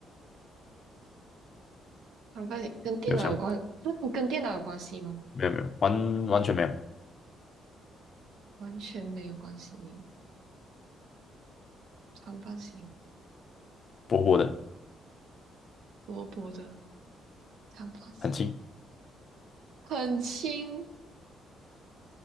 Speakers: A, on the right; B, on the left.
A: 长方形跟电脑有关，
B: 有香，
A: <laughs> 嗯跟电脑有关系吗？
B: 没有没有，完完全没有，
A: 完全没有关系。长方形，
B: 薄薄的，
A: 薄薄的长方形，
B: 很轻，
A: 很轻。